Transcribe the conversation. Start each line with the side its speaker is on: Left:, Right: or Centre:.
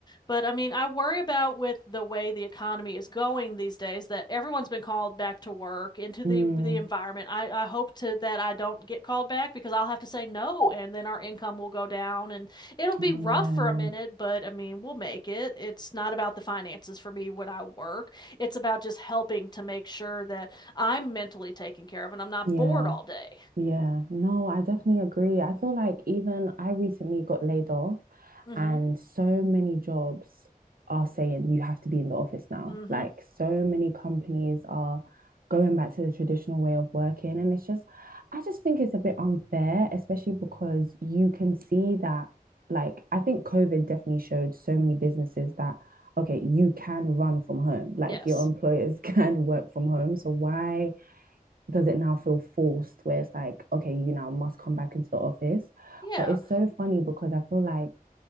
Left: but I mean, I worry about with the way the economy is going these days that everyone's been called back to work into the
Right: Mm.
Left: the environment. I, I hope to that I don't get called back because I'll have to say no, and then our income will go down, and it'll be
Right: Oh,
Left: rough
Right: yeah.
Left: for a minute, but I mean, we'll make it. It's not about the finances for me when I work. It's about just helping to make sure that I'm mentally taken care of and I'm not
Right: Yeah.
Left: bored all day.
Right: Yeah, no, I definitely agree. I feel like even I recently got laid off,
Left: Mm-hmm.
Right: and so many jobs are saying you have to be in the office now.
Left: Mm-hmm.
Right: Like, so many companies are going back to the traditional way of working. And it's just, I just think it's a bit unfair, especially because you can see that, like, I think COVID definitely showed so many businesses that, okay, you can run from home, like,
Left: Yes.
Right: your employers <laughs> can work from home. So, why? does it now feel forced where it's like, okay, you now must come back into the office?
Left: Yeah.
Right: But it's so funny because I feel like